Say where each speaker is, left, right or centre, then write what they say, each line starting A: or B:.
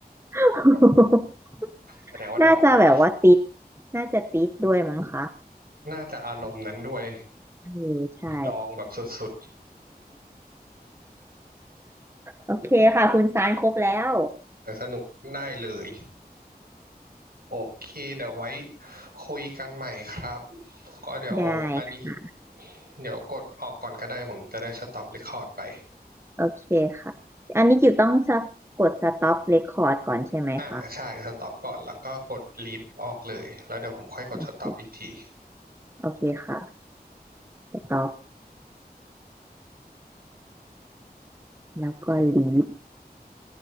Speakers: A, on the right; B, on the right.
A: <laughs>
B: แบบแสดงว่าดองแบบ
A: น่าจะแบบว่าติด น่าจะติดด้วยมั้งคะ
B: น่าจะอารมณ์นั้นด้วย
A: เออใช่
B: ดองแบบสุด
A: โอเคค่ะ คุณซานครบแล้ว
B: ๆแต่สนุกได้เลย โอเค เดี๋ยวไว้คุยกันใหม่ครับ ก็เดี๋ยวอันนี้
A: ได้ค่ะ
B: เดี๋ยวกดออกก่อนก็ได้ผมจะได้สต็อปเรคคอร์ดไป
A: โอเคค่ะ อันนี้กิวต้องสะกด stop record ก่อนใช่ไหมคะ
B: อ่าใช่สต็อปก่อน แล้วก็กดลีฟออกเลย แล้วเดี๋ยวผมค่อยกดสต็อปอีกที
A: โอเคโอเคค่ะ stop แล้วก็ leave